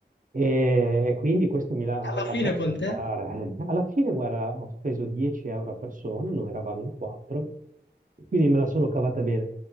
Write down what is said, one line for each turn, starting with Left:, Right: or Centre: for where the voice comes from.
Right: E quindi questo mi la-
Left: alla
Right: lascia
Left: fine con
Right: pensare.
Left: te?
Right: Alla fine, guarda, ho speso 10 euro a persona, noi eravamo in quattro, quindi me la sono cavata bene.